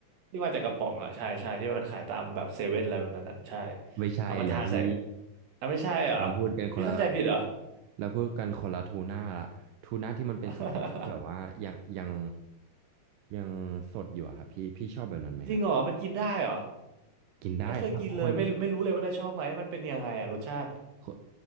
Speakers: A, on the right; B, on the right.
A: ที่มาจากกระป๋องอ่ะใช่ใช่ที่มันขายตามแบบเซเว่นอะไรแบบนั้นอ่ะใช่
B: ไม่ใช่แล้วพี่
A: เอามาทาใส่อ่ะไม่ใช่เหรอ
B: เราพูดกันคนละ
A: พี่เข้าใจผิดเหรอ
B: แล้วพูดกันคนละทูน่าละทูน่าที่มันเป็นสีแดงที่แบบว่ายังยัง
A: <laughs>
B: ยังสดอยู่อะครับพี่พี่ชอบแบบนั้นไหมครับ
A: จริงเหรอมันกินได้เหรอ
B: กินได้ครับคน
A: ไม่เคยกินเลยไม่รู้ไม่รู้เลยว่าจะชอบไหมมันเป็นยังไงอ่ะรสชาติ
B: คน